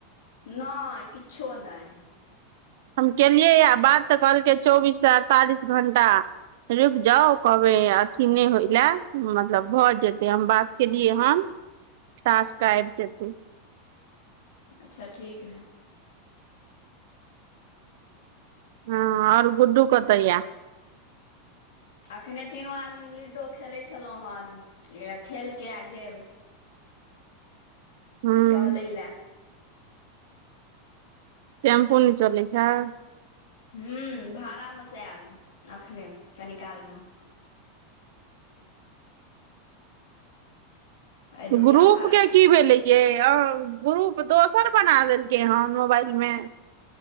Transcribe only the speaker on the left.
नय किछो नय
अच्छा ठीक है।
अखने तीनो आदमी लूडो खेलै छलहुँ हन खेलके आ गेल।
टहले ल
हाँ भाड़ामेसँ आयल एखने कनी कालमे आइ दूटा
भाड़ा
छलै